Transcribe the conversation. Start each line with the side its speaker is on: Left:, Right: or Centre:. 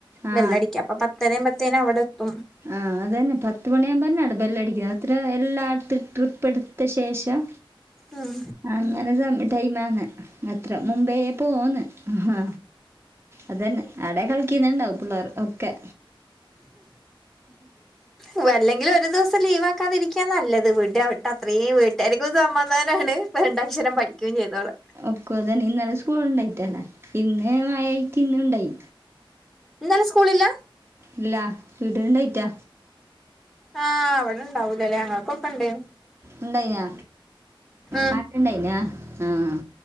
Right: ആ
Centre: ബെല്ലടിക്കുക അപ്പൊ പത്തരയും പത്തേനും അവിടെ ഇപ്പം -
Right: ആഹ് അ തന്നെ പത്ത് മണിയാകുമ്പന്നെ ബെല്ല് അടിക്കുന്നത് എത്ര എല്ലായിടത്തും ട്രിപ്പ് എടുത്ത ശേഷം.
Centre: ഉം
Right: <unintelligible> അങ്ങനെ സ ടൈം ആന്ന് അത്ര മുമ്പേ പോന്ന് ആഹ് അതന്നെ അടെ കളിക്കിന്നിണ്ടാവും പിള്ളേർ ഒക്കെ
Centre: ഓഹ് അല്ലെങ്കിലും ഒരു ദിവസം ലീവ് ആക്കാതിരിക്കാ നല്ലത് വീട്ട് വിട്ട അത്രയും വീട്ടുകാർക്കും സമാധാനാണ് ഇപ്പ രണ്ടക്ഷരം പഠിക്കയും ചെയ്തോളേ
Right: ഓക്കു അതന്നെ ഇന്നലെ സ്കൂൾ ഉണ്ടായിട്ടല്ലേ ഇന്ന് മഴായായിട്ട് ഇന്നു ഉണ്ടായി
Centre: ഇന്നലെ സ്കൂളില്ല?
Right: ഇല്ല വീടണ്ടായിറ്റ-
Centre: ആഹ് അവിടെണ്ടാവൂലല്ലേ ഞങ്ങക്കൊക്കെ ഉണ്ടയിന്നു.
Right: ഉണ്ടായിന്ന
Centre: ഉം
Right: പട്ടുണ്ടായിനാ ആഹ്